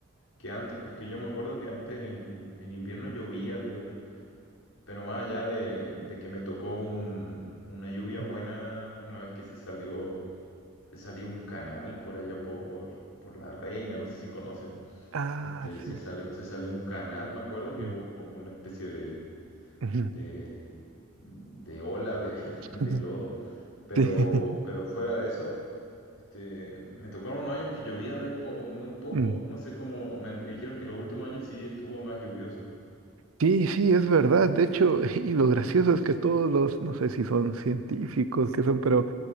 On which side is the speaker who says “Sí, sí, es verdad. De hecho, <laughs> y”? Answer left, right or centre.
Right